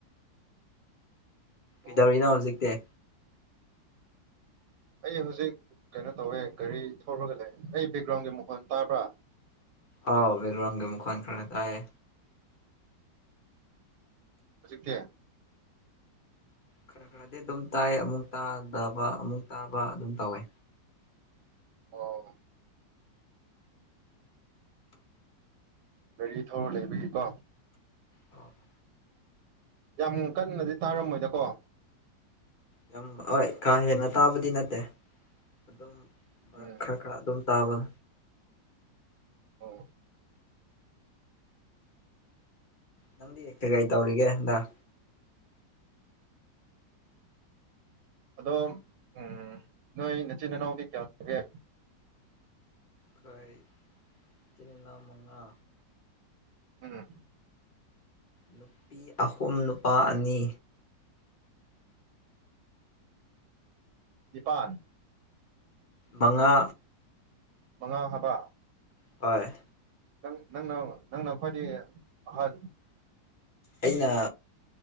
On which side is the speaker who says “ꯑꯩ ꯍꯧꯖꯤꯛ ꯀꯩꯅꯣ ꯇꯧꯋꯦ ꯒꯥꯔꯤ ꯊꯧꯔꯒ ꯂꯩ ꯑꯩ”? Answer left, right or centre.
Right